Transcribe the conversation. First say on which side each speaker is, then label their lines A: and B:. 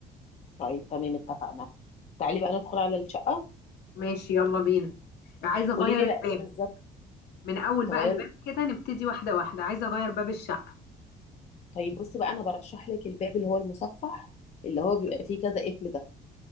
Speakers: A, on the left; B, on the left.
A: طيب تمام اتفقنا تعالي بقى ندخل على الشقه
B: ماشي يلا بينا عايزه اغير
A: قولي لي
B: الباب
A: بقى ايه بالظبط
B: من اول
A: تغير
B: بقى الباب كده نبتدي واحده واحده عايزه اغير باب الشقه
A: طيب بصي بقى انا برشح لك الباب اللي هو المصفح اللي هو بيبقى فيه كذا قفل ده